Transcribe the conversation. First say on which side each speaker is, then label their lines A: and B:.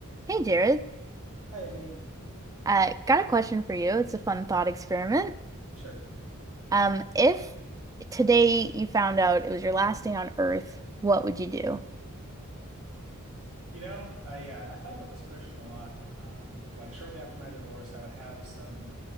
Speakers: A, on the right; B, on the right.
A: Hey Jared,
B: Hi, Emmy.
A: uh, got a question for you. It's a fun thought experiment.
B: Sure.
A: Um, if today you found out it was your last day on Earth, what would you do?
B: You know, I uh, I thought about this question a lot. Um, like shortly after my divorce, I would have some